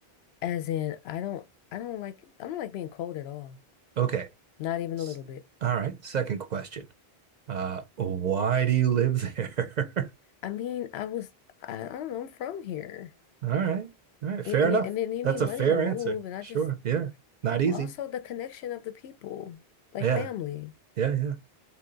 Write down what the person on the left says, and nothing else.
As in I don't I don't like I don't like being cold at all.
Not even
a little bit.
I mean, I was, I, I don't know, I'm from here.
Y-
And,
you, and then you need
money
to move.
And I
just,
oh,
but also the connection of the people, like
family.